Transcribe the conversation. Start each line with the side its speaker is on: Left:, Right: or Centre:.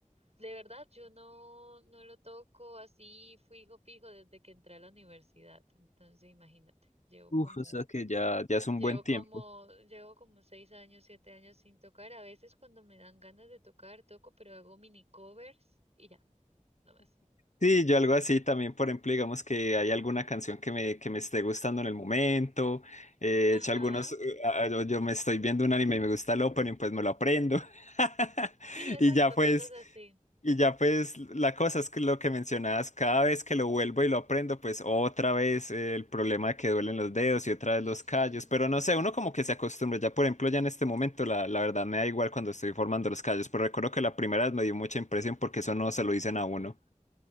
Right: de verdad, yo no, no lo toco así fijo, fijo desde que entré a la universidad. Entonces, imagínate, llevo
Left: Uf,
Right: como
Left: o sea que ya, Ya es un
Right: Llevo
Left: buen tiempo.
Right: como, llevo como seis años, siete años sin tocar. A veces cuando me dan ganas de tocar, toco, pero hago mini covers y ya, no más.
Left: Sí, yo algo así también, por ejemplo, digamos que hay alguna canción que me, que me esté gustando en el momento, eh,
Right: Ajá.
Left: he hecho algunos, eh, ah, yo, yo me estoy viendo un anime y me gusta el opening, pues me lo aprendo. <laughs>
Right: Sí, exacto,
Left: Y ya pues,
Right: cosas así.
Left: y ya pues la cosa es que lo que mencionabas, cada vez que lo vuelvo y lo aprendo, pues otra vez eh, el problema de que duelen los dedos y otra vez los
Right: Ujú.
Left: callos, pero no sé, uno como que se acostumbra, ya por ejemplo, ya en este momento la, la verdad me da igual cuando estoy formando los callos, pero recuerdo que la primera vez me dio mucha impresión porque eso no se lo dicen a uno.